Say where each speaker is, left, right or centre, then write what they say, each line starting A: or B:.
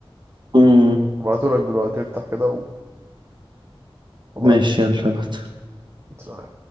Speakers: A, on the right; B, on the right.
A: امم
B: هبعتهولك دلوقتي افتح كده و وابعتهولك
A: ماشي يلا ابعت.
B: سلام.